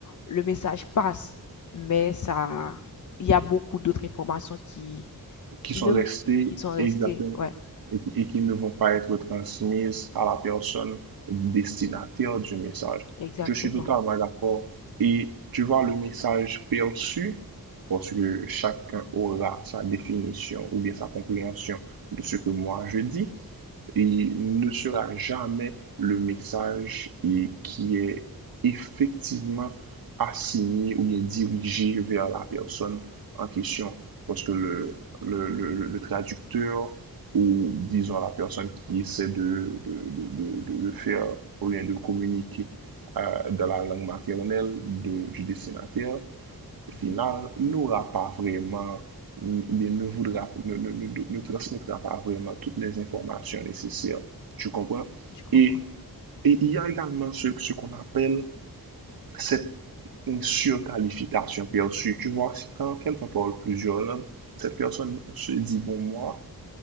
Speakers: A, on the left (about 55°); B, on the right (about 75°).
A: Le message passe, mais ça, il y a beaucoup d'autres informations qui,
B: Qui
A: qui
B: sont
A: ne,
B: restés
A: qui sont restées.
B: exactement.
A: Ouais,
B: et qui- et qui ne vont pas être transmises à la personne destinataire du message.
A: exactement.
B: Je suis totalement d'accord. Et tu vois, le message perçu, parce que chacun aura sa définition ou bien sa compréhension de ce que moi je dis, il ne sera jamais le message et qui est effectivement assigné ou bien dirigé vers la personne en question. Parce que le,
A: Mhm,
B: le, le, le traducteur ou disons la personne qui essaie de, de, de, de, de faire ou bien de communiquer euh, dans la langue maternelle de- du destinataire
A: mhm.
B: final n'aura pas vraiment, bien, ne, voudra, ne, ne, ne, ne transmettra pas vraiment toutes les informations nécessaires. Tu comprends?
A: Je comprends.
B: Et, et il y a également ce, ce qu'on appelle cette surqualification perçue. Tu vois, si quand quelqu'un parle plusieurs langues, cette personne se dit, bon, moi,